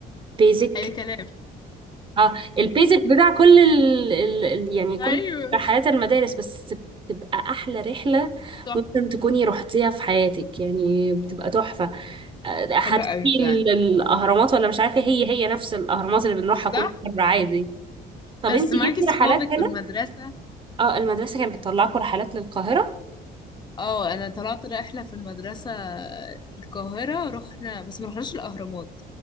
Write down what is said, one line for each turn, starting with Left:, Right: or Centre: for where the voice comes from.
Right: basic
Left: اي كلام
Right: اه البيزك بتاع كل ال... ال... ال- يعني كل
Left: ايوه
Right: رحلات المدارس بس بتبقى احلى رحله
Left: تحفة
Right: ممكن تكوني رحتيها في حياتك يعني بتبقى تحفه آه، هتروحي
Left: حلوة قوي فعلا
Right: ال- الاهرامات ولا مش عارفه هي هي نفس الاهرامات اللي بنروحها كل
Left: صح
Right: مره عادي طب
Left: بس
Right: انت
Left: معاكي
Right: جبتي
Left: صحابك
Right: رحلات هنا
Left: والمدرسة
Right: اه المدرسه كانت بتطلعكم رحلات للقاهره
Left: اه انا طلعت رحلة في المدرسة القاهرة رحنا بس ما رحناش الاهرامات